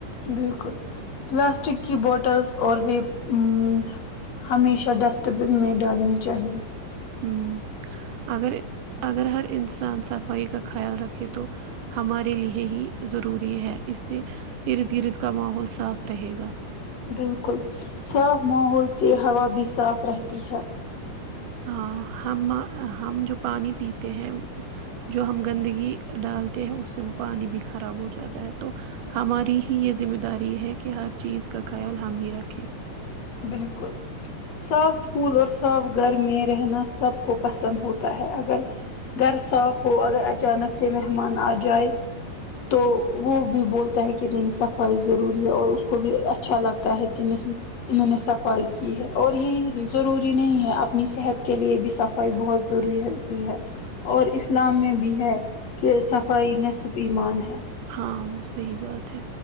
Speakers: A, on the left; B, on the right.
A: بالکل پلاسٹک کی بوٹلس اور وہ آمم ہمیشہ ڈسٹ بن میں ڈالنی چاہیے
B: آمم اگر اگر ہر انسان صفائی کا خیال رکھے تو ہمارے لیے ہی ضروری ہے اس سے ارد گرد کا ماحول صاف رہے گا
A: بالکل صاف ماحول سے ہوا بھی صاف رہتی ہے
B: ہاں ہم آ ہم جو پانی پیتے ہیں جو ہم گندگی ڈالتے ہیں اس سے وہ پانی بھی خراب ہو جاتا ہے تو ہماری ہی یے ذمہ داری ہے کہ ہر چیز کا خیال ہم ہی رکھیں
A: بالکل صاف اسکول اور صاف گھر میں رہنا سب کو پسند ہوتا ہے اگر گھر صاف ہو اگر اچانک سے مہمان آ جائے تو وہ بھی بولتا ہے کی نہیں صفائی ضروری ہے اور اس کو بھی اچھا لگتا ہے کی نہیں انہوں نے صفائی کی ہے اور یہی ضروری نہیں ہے اپنی صحت کے لیے بھی صفائی بہت ضروری ہے تی ہے اور اسلام میں بھی ہے کے صفائی نصف ایمان ہے
B: ہاں وہ صحیح بات ہے